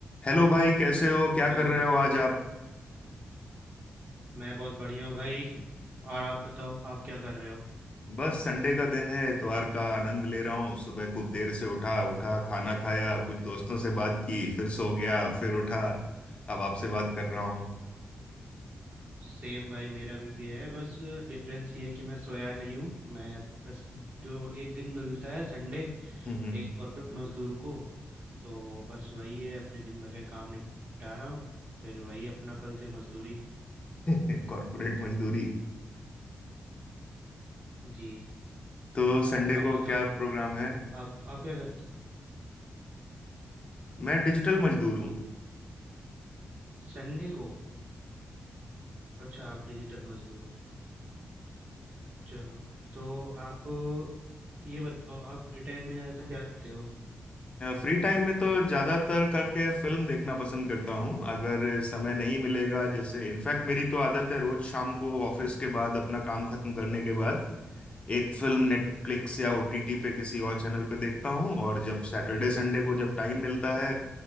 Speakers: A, on the left; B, on the right.
A: Hello भाई कैसे हो क्या
B: Hello
A: कर रहे
B: भाई
A: हो आज आप
B: मैं बहुत बढ़िया हूँ भाई और आप बताओ आप क्या कर रहे हो
A: बस संडे का दिन है इतवार का आनंद ले रहा हूँ सुबह खूब देर से उठा उठा खाना खाया कुछ दोस्तों से बात की फिर सो गया फिर उठा अब आपसे बात कर रहा हूँ
B: सेम भाई मेरा भी है बस डिफरेंस ये है कि मैं सोया नहीं हूँ मैं बस जो एक दिन मिलता है संडे
A: हम्म
B: एक कॉर्पोरेट मजदूर को तो बस वही है अपने दिन भर के काम निपटा रहा हूँ फिर वही अपना कल से मजदूरी
A: <laughs> कॉर्पोरेट मजदूरी
B: जी
A: तो संडे
B: आप
A: को
B: बताओ
A: क्या प्रोग्राम है
B: आप आप क्या करते हो
A: मैं डिजिटल मजदूर हूँ
B: संडे को अच्छा आप डिजिटल मजदूर हो चलो तो आप ये बताओ आप फ्री टाइम में ज़्यादातर क्या करते हो
A: फ्री टाइम में तो ज्यादातर करके फिल्म देखना पसंद करता हूँ अगर समय नहीं मिलेगा जैसे इनफैक्ट मेरी तो आदत है रोज शाम को ऑफिस के बाद अपना काम खत्म करने के बाद एक फिल्म नेटफ्लिक्स या ओटीटी पे किसी और चैनल पे देखता हूँ और जब सैटरडे संडे को जब टाइम मिलता है